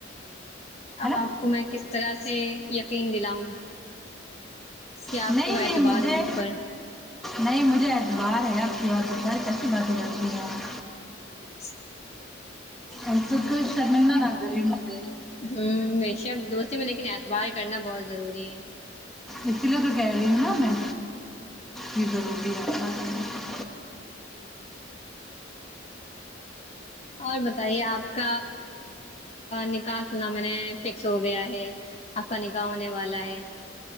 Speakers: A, on the left (about 35°); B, in the centre.
A: اب
B: ہے نا
A: آپ کو میں کس طرح سے یقین دلاؤں کیا آپ
B: نہیں
A: کو اعتبار
B: نہیں مجھے
A: ہو مجھ پر
B: نہیں مجھے اعتبار ہے آپ کی بات کیسی باتیں کرتی ہے
A: نس
B: انکو کو کچھ سمجھ میں آگئی ہونگے
A: ہوں بے شک دوستی میں لیکن اعتبار کرنا بہت ضروری ہے
B: اسی لیے تو کہہ رہی ہوں نا میں یہ ضروری ہے ہوں۔
A: اور بتائیے آپ کا نکاح سنا میں نے فکس ہو گیا ہے آپ کا نکاح ہونے والا ہے